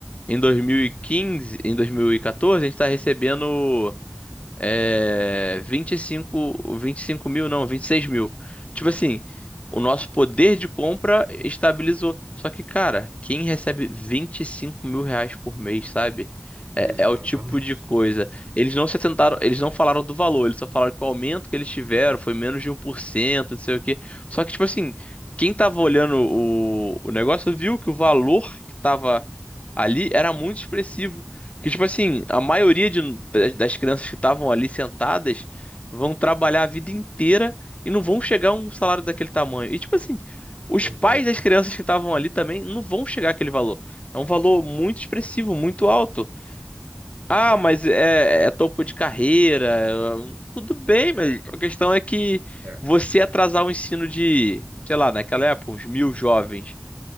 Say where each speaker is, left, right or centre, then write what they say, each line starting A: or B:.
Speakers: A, on the left; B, on the right.
A: Em 2015, em 2014, a gente tá recebendo é, vinte e cinco vinte e cinco mil, não, 26 mil. Tipo assim, o nosso poder de compra estabilizou. Só que, cara, quem recebe 25 mil reais por mês, sabe? É,
B: Exatamente.
A: é o tipo de coisa. Eles não se sentaram, eles não falaram do valor, eles só falaram que o aumento que eles tiveram foi menos de um por cento não sei o quê. Só que, tipo assim, quem tava olhando o, o negócio viu que o valor que tava ali era muito expressivo. Que, tipo assim, a maioria de- das das crianças que estavam ali sentadas vão trabalhar a vida inteira e não vão chegar a um salário daquele tamanho. E, tipo assim, os
B: Perfeito.
A: pais das crianças que estavam ali também não vão chegar àquele valor. É um valor muito expressivo, muito alto. Ah,
B: É,
A: mas é, é topo de carreira. é- Tudo bem, mas a questão é que
B: é.
A: você atrasar o ensino de, sei lá, naquela época, uns mil jovens.